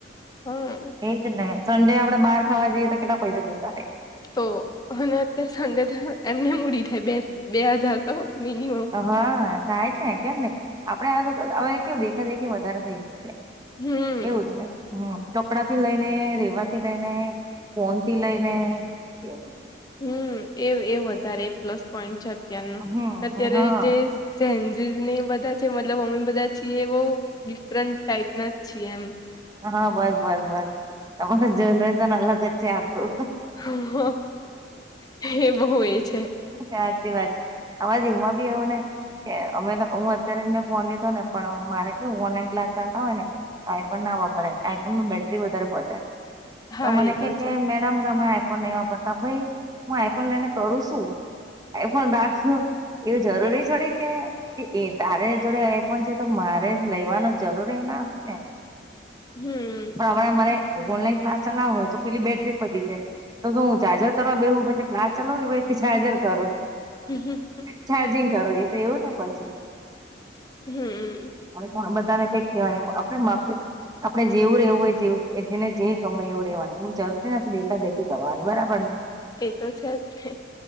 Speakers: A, on the left (about 20°); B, on the right (about 20°).
A: હમ
B: એજ ને સંડે આપડે બહાર ખાવા જઈએ તો કેટલા પૈસા જતા રે
A: તો અને અત્યારે સંડે એમને મૂડી થાય બે બે હજાર તો મિનિમમ-
B: હા થાય જ ને કેમ ને આપડે હવે કેવ દેખા દેખી વધારે થઈ ગઈ છે.
A: હમ
B: એવું છે. હમ કપડા થી લઈ ને રેવા થી લઈને ફોન થી લઈને એવું.
A: હમ એ એ વધારે પ્લસ પોઈન્ટ છે અત્યારનો
B: હમ
A: અત્યારે
B: હા
A: જે ચન્જીસને બધા છે મતલબ અમે બધા છીએ એ બહુ ડિફરન્ટ ટાાઈપના જ છીએ એમ.
B: હા બસ બસ બસ તમારું જનરેશન અલગ જ છે આખું.
A: હ હ હ એવો હોય છે.
B: વાચ વાત અવાજ હવમાં બી આવો ને કે અમે હું અત્યારે જ મેં ફોન લીધો ને પણ મારે કેું ઓનલાઈન ક્લાસ ચાલતા હોય ને આઈફોન ના વાપરાય આઈફોનમાં બેટરી વધારે પ થાય
A: હા
B: તો મને
A: એ
B: કે કે
A: છે
B: મેડમ તમે ફોન નહી વાપરતા ભાઈ હું આઈફોન લઈને કરું છું આઈફોન રાખુ એવું જરૂરી છોડી કે કે એ તારે જોડે એ પણ છે તો મારે લેવાનો જરૂર એવું ના હોય ને.
A: હમ.
B: પણ હરે મને ઓનલાઈન ક્લાસ ચલાવો હોય તો પેલી બેટરી પટી જાય. તો શું હું ચાર્જર કરવા બે પછી ક્લાસ ચલો કે પછ ચાર્જર કરુ.
A: હમ હમં હંમ
B: ચાર્જિંગ કરવું એ તો એવું ને પછી.
A: હમમ.
B: અને બધાને ટેક લેવા આપડ માપ. આપડે જેવું રહેવું હોય જેવ જેને જે ગમે એવું રહેેવાનું હ જરૂરી નથીું દેખા દેખી કરવાની બરાબર ને
A: એ તો છે જ ને.